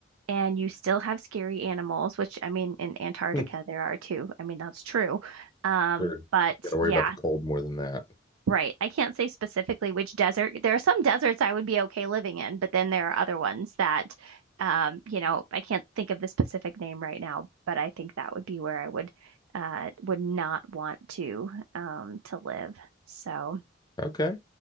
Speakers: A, on the right; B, on the left.
A: and you still have scary animals, which I mean, in Antarctica
B: <laughs>
A: there are too. I mean, that's true. Um,
B: sure.
A: but
B: Got to worry
A: yeah,
B: about the cold more than that.
A: right. I can't say specifically which desert. There are some deserts I would be okay living in, but then there are other ones that, um, you know, I can't think of the specific name right now, but I think that would be where I would, uh, would not want to, um, to live. So.
B: Okay.